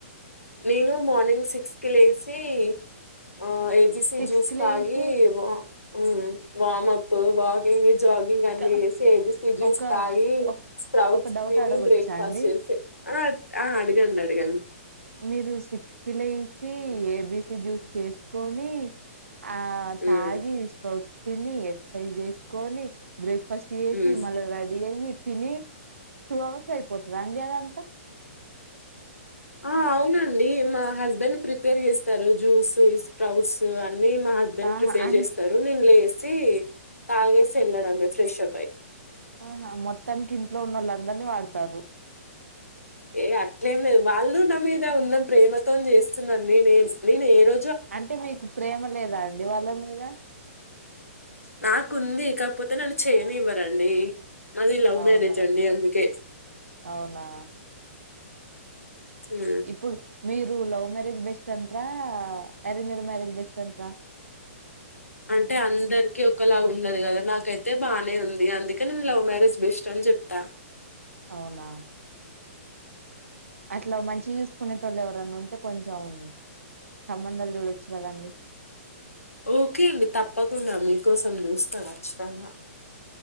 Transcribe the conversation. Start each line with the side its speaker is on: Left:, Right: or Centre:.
Left: నేను మార్నింగ్ సిక్స్ కి లేసి ఆ ఏ బిసి
Right: సిక్స్
Left: జ్యూస్
Right: కి లేసి
Left: తాగి వ ఉ వామప్ వాకింగ్ జాగింగ్ అన్ని
Right: ఒక
Left: చేసి ఏజూస్తాయి
Right: ఒక
Left: స్ప్రౌట్స్
Right: ఒక డౌట్
Left: తిని
Right: అడగొచ్చా
Left: బ్రేక్ఫాస్ట్
Right: అండి
Left: చేసి ఆ ఆ అడగండి అడగండి
Right: మీరు సిక్స్ కి లేసి ఏబిసి జ్యూస్ చేసుకొని ఆ
Left: హ్మ్
Right: తాగి స్పౌట్స్ తిని ఎక్సర్సైజ్ చేసుకొని బ్రేక్ఫాస్ట్ చేసి
Left: హ్మ్
Right: మళ్ళ రెడీ అయ్యి తిని టూ అవర్స్ లో అయిపోతదండి అదంతా
Left: ఆ అవునండి మా హస్బెండ్ ప్రిపేర్ చేస్తారు జ్యూస్ ఈ స్ప్రౌట్స్ న్ అన్నీ మా హస్బెండ్
Right: ఆహా
Left: ప్రిపేర్
Right: అన్
Left: చేస్తారు నేను లేసి తాగేస్ వెళ్ళడమే ఫ్రెష్ అప్ అయి
Right: ఆహా మొత్తానికి ఇంట్లో ఉన్న వాళ్ళు అందరినీ వాడతారు
Left: ఏ అట్లేం లేదు వాళ్ళు నా మీద ఉన్న ప్రేమతో చేస్తున్నాను నేన్ నేను ఏ రో
Right: అంటే మీకు ప్రేమ లేదా అండి వాళ్ళ మీద
Left: నాకుంది కాకపోతే నన్ను చేయ నివ్వరండి మాది లవ్
Right: అవునా
Left: మ్యారేజ్ అండి అందుకే
Right: అవునా
Left: ఆ
Right: ఇప్పుడు మీరు లవ్ మ్యారేజ్ బెస్ట్ అంటార అరేంజ్డ్ మ్యారేజ్ బెస్ట్ అంటార
Left: అంటే అందరికిీ ఒకలాగ ఉండదు కదా నాకైతే బానే ఉంది అందుకే నేను లవ్ మ్యారేజ్ బెస్ట్ అని చెప్తా
Right: అవునా అట్లా మంచి యూస్ కోనేటోళ్ ఎవరన్న ఉంటే కొంచం సంబంధాలు చూడొచ్చు కదండి
Left: ఓకే అండి తప్పకుండా మీకోసం చూస్తా ఖచ్చితంగా